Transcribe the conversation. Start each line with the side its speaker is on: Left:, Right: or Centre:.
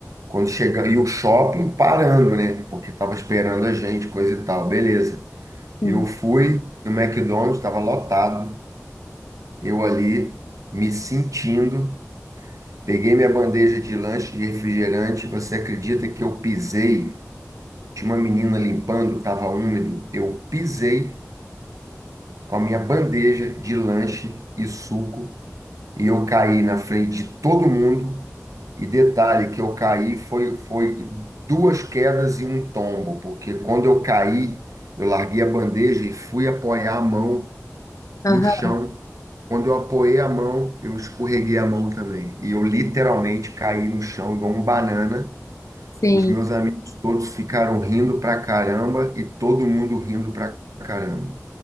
Right: Quando chega, e o shopping parando, né? Porque estava esperando a gente, coisa e tal. Beleza.
Left: sim.
Right: Eu fui no McDonald's, estava lotado. Eu ali me sentindo. Peguei minha bandeja de lanche de refrigerante. Você acredita que eu pisei? Tinha uma menina limpando, estava úmido. Eu pisei com a minha bandeja de lanche e suco e eu caí na frente de todo mundo. E detalhe que eu caí foi, foi duas quedas e um tombo, porque quando eu caí, eu larguei a bandeja e fui apoiar a mão
Left: Aham,
Right: no chão. Quando eu apoiei a mão, eu escorreguei a mão também. E eu literalmente caí no chão igual um banana.
Left: sim.
Right: Os meus amigos todos ficaram rindo pra caramba e todo mundo rindo pra caramba.